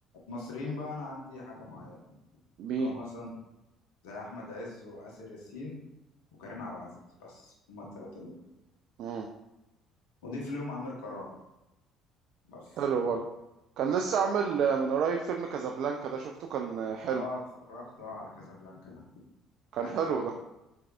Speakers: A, on the left; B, on the right.
A: المصريين بقى انا عندي حاجه معينه
B: مين
A: لو مثلا زي احمد عز واسر ياسين وكريم عبد العزيز بس هما الثلاثه دول
B: مم.
A: وضيف لهم امير قرار بس
B: حلو برضه كان لسه عامل آه، من قريب فيلم كازابلانكا ده شفته كان آه، حلو
A: اه اتفرجت اه على كازابلانكا ده
B: كان
A: كان
B: حلو
A: حلو
B: ده